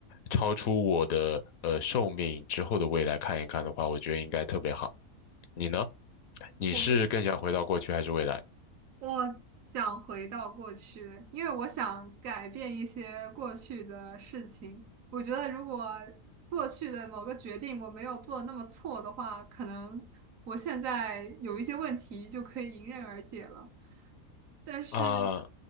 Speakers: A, on the left; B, on the right.
A: 超出我的呃寿命之后的未来看一看的话，我觉得应该特别好。你呢？你是更想回到过去还是未来？
B: 我。我想回到过去，因为我想改变一些过去的事情。我觉得如果过去的某个决定我没有做那么错的话，可能我现在有一些问题就可以迎刃而解了。但是，
A: 啊，